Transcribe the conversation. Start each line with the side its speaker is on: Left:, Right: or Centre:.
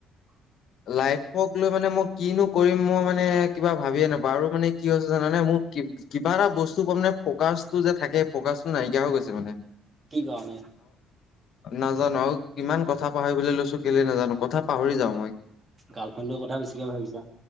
Right: <inaudible>
Left: লাইফক লৈ মানে মই কিনো কৰিম মই মানে কিবা ভাবিয়ে নাপাওঁ মানে কি হৈছে জানানে মোক- কিবা এটা বস্তু কটনে ফকাচ টো যে থাকে ফকাচটো নাইকিয়া হৈ গৈছে মানে
Right: কি কাৰণে?
Left: নাজানোঁ আৰু কিমান কথা পাহৰিবলৈ লৈছোঁ কেলে নাজানোঁ কথা পাহৰি যাওঁ মই।
Right: গাৰ্লফ্ৰেণ্ডৰ কথা বেছিকে ভাবিছা।